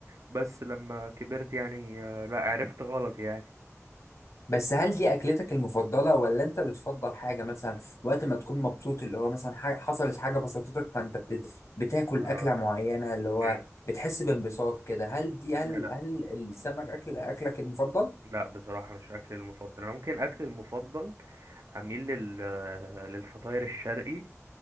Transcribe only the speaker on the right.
بس لما كبرت يعني آه، لا عرفت غلط يعني
آه،
فهمت
لا لا
لا بصراحة مش أكلي المفضل أنا ممكن أكلي المفضل أميل لل... آه، للفطاير الشرقي